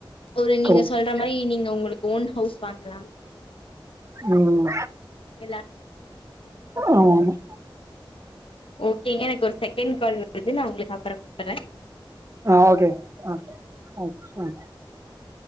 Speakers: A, on the left; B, on the right.
A: ஒரு நீங்க
B: கரெக்ட்
A: சொல்ற மாதிரி நீங்க உங்களுக்கு கோன் ஹவுஸ் வாங்கலாம்
B: உம்
A: <unintelligible>
B: ஆமா ஆமா
A: ஓகேங்க எனக்கு ஒரு செகண்ட் கால் வருது நான் உங்களுக்கு அப் அப்புறம்
B: ஆஹ் ஓகே ஆஹ ஆ ஆ